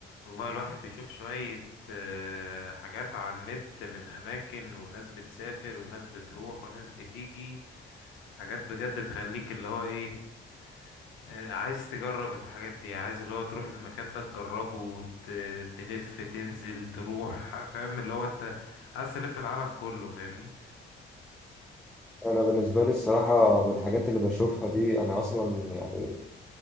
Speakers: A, on the left; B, in the centre.
A: والله الواحد بيشوف شوية آه، حاجات على النت من أماكن وناس بتسافر وناس بتروح وناس بتيجي حاجات بجد تخليك اللي هو ايه آه، عايز تجرب الحاجات دي عايز اللي هو تروح المكان ده تجربه وت- تلف تنزل تروح فاهم اللي هو انت عايز تلف العالم كله فاهمني
B: انا بالنسبه لي الصراحه بالحاجات اللي بشوفها دي انا اصلا يعني